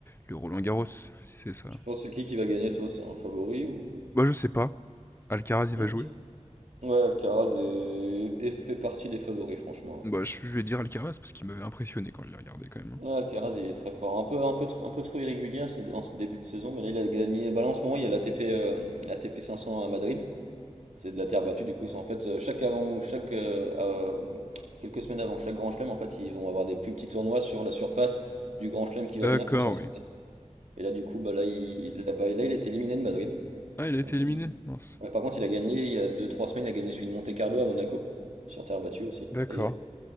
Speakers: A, on the left; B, on the right.
A: le Roland Garros, si c'est ça.
B: Tu penses c'est qui qui va gagner, toi? C'est un favori ou...
A: Bah je sais pas. Alcaraz, il
B: Ok.
A: va jouer?
B: Ouais, Alcaraz est... est fait partie des favoris, franchement.
A: Bah, je je vais dire Alcaraz parce qu'il m'avait impressionné quand je l'ai regardé quand même.
B: Ouais,
A: hein.
B: Ouais, Alcaraz, il est très fort. Un peu, un peu, tr- un peu trop irrégulier en ce en ce début de saison, mais là, il a gagné. Bah, là, en ce moment, il y a la l'ATP euh, l'ATP 500 à Madrid. C'est de la terre battue, du coup. C'est en fait, euh, chaque avant, chaque, euh, euh, quelques semaines avant chaque grand chelem, en fait, ils vont avoir des plus petits tournois sur la surface du grand chelem qui va
A: D'accord,
B: venir pour s'entraîner.
A: oui.
B: Et là, du coup, bah, là, il, là, bah, là, il est éliminé de Madrid.
A: Ah, il a été
B: Donc,
A: éliminé,
B: il...
A: mince.
B: ouais, par contre, il a gagné, il y a deux trois semaines, il a gagné celui de Monte Carlo à Monaco, sur terre battue aussi,
A: D'accord.
B: d'ailleurs.